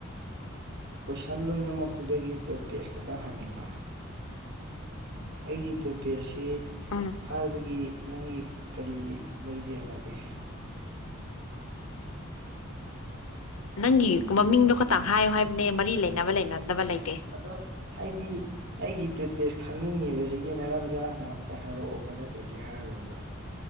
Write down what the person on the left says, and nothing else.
ꯎꯝ
ꯅꯪꯒꯤ ꯃꯃꯤꯡꯗꯣ ꯈꯇꯪ ꯍꯥꯏꯌꯨ ꯍꯥꯏꯕꯅꯦ ꯃꯔꯤ ꯂꯩꯅꯕ ꯂꯩꯅꯗꯕ ꯂꯩꯇꯦ